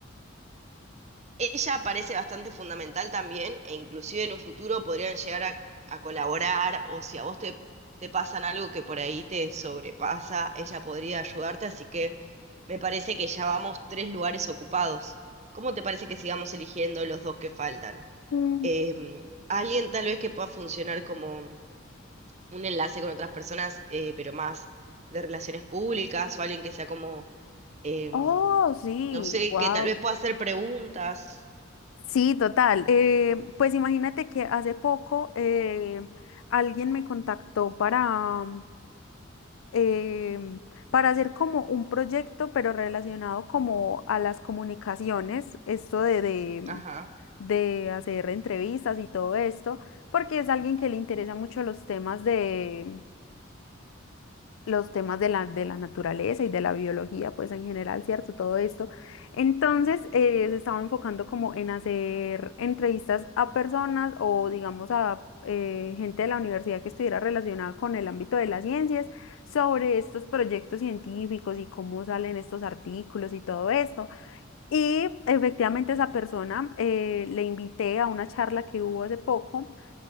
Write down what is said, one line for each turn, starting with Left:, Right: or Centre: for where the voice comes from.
Right: Ella parece bastante fundamental también e inclusive en un futuro podrían llegar a, a colaborar o si a vos te, te pasan algo que por ahí te sobrepasa, ella podría ayudarte, así que me parece que ya vamos tres lugares ocupados. ¿Cómo te parece que sigamos eligiendo los dos que faltan?
Left: Mm,
Right: Em, alguien tal vez que pueda funcionar como un enlace con otras personas, eh, pero más de relaciones públicas o alguien que sea como, em,
Left: oh, sí,
Right: no sé,
Left: wow.
Right: que tal vez pueda hacer preguntas.
Left: Sí, total. Eh, pues imagínate que hace poco eh, alguien me contactó para, em, para hacer como un proyecto, pero relacionado como a las comunicaciones, esto de, de,
Right: Ajá.
Left: de hacer entrevistas y todo esto, porque es alguien que le interesa mucho los temas de los temas de la, de la naturaleza y de la biología, pues en general, ¿cierto? Todo esto. Entonces, eh, se estaba enfocando como en hacer entrevistas a personas o, digamos, a eh, gente de la universidad que estuviera relacionada con el ámbito de las ciencias sobre estos proyectos científicos y cómo salen estos artículos y todo esto. Y efectivamente esa persona eh, le invité a una charla que hubo hace poco